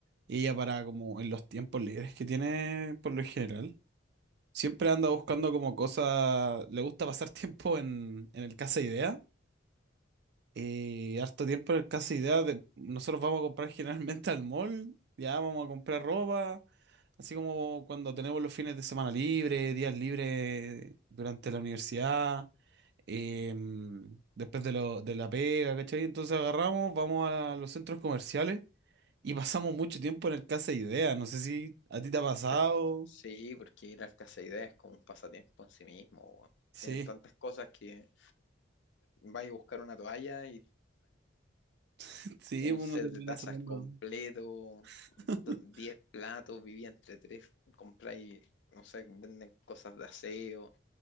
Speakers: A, on the right; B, on the left.
A: Y ella para como en los tiempos libres que tiene por lo general. Siempre anda buscando como cosas, le gusta pasar <laughs> tiempo en, en el Casa Idea. Y harto tiempo en el Casa Idea, de- nosotros vamos a comprar generalmente al mall, ya vamos a comprar ropa. Así como cuando tenemos los fines de semana libres, días libres durante la universidad, em, después de, lo- de la pega, ¿cachai? Entonces agarramos, vamos a los centros comerciales y <laughs> pasamos mucho tiempo en el Casa Idea. No sé si a ti te ha pasado.
B: Es que la- sí, porque ir al casa de ideas es como un pasatiempo en sí mismo. weón.
A: Sí,
B: Tienen tantas cosas que vas a buscar una toalla y
A: <laughs> sí,
B: un
A: uno
B: set
A: termina
B: de tazas
A: saliendo.
B: completo,
A: <laughs>
B: do- 10 platos, vivía entre tres, compráis, no sé, venden cosas de aseo,